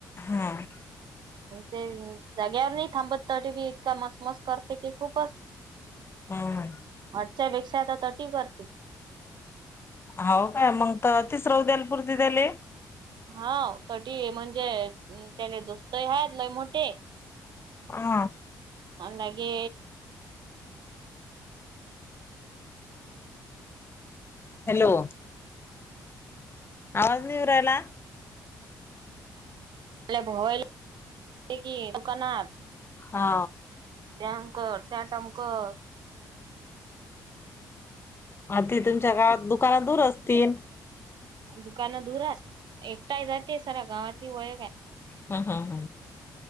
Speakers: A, on the left; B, on the right.
A: हं..
B: ते जाग्यावर नाही थांबत तट बी इतका मसमस करते की खूपस
A: हं.. ह..
B: आच्यापेक्षा आता तटी करते.
A: हाव काय मग त तिसरा ऊद्यालपूरती त्याले.
B: हाव तटी म्हणजे त्याले दोस्तही आहेत लय मोठे.
A: हा.
B: आन् लगे
A: हॅलो. आवाज नई येवू राहिला.
B: भय की दुकानात <inaudible>
A: हा
B: डम कर टटम कर <inaudible>
A: आ ती तुमच्या गावात त दुकानत दूर असतील
B: दुकानं दूरा हाय एकटा जाते सरा गावातली ओळख आहे.
A: हा हा हा